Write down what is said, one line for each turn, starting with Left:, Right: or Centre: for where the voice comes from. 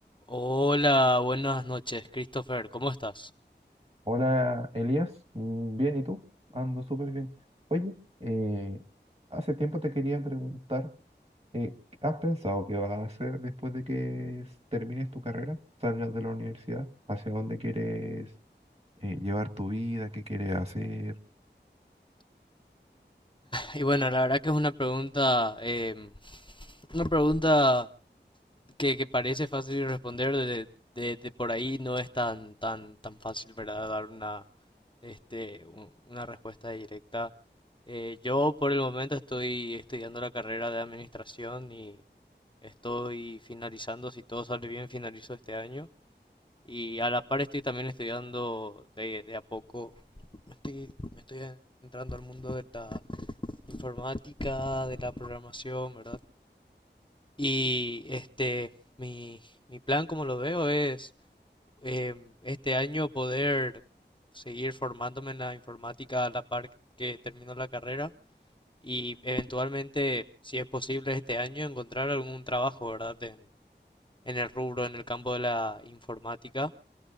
Left: Hola, buenas noches, Christopher, ¿cómo estás?
Right: Hola Elías, Mm, bien, ¿y tú? Ando súper bien. Oye, eh, hace tiempo te quería preguntar, eh, ¿has pensado qué vas a hacer después de que s- termines tu carrera, salgas de la universidad? ¿Hacia dónde quieres eh, llevar tu vida? ¿Qué quieres hacer?
Left: Y bueno, la verdad que es una pregunta, em, una pregunta que, que parece fácil de responder, de, de- de por ahí no es tan, tan, tan fácil, ¿verdad? Dar una, este, un- una respuesta directa. Eh, yo por el momento estoy estudiando la carrera de administración y estoy finalizando, si todo sale bien, finalizo este año. Y a la par estoy también estudiando de, de a poco, me estoy, me estoy entrando al mundo de la informática, de la programación, ¿verdad? Y este, mi, mi plan, como lo veo, es em, este año poder seguir formándome en la informática a la par que termino la carrera y eventualmente, si es posible este año, encontrar algún trabajo, ¿verdad? En, en el rubro, en el campo de la informática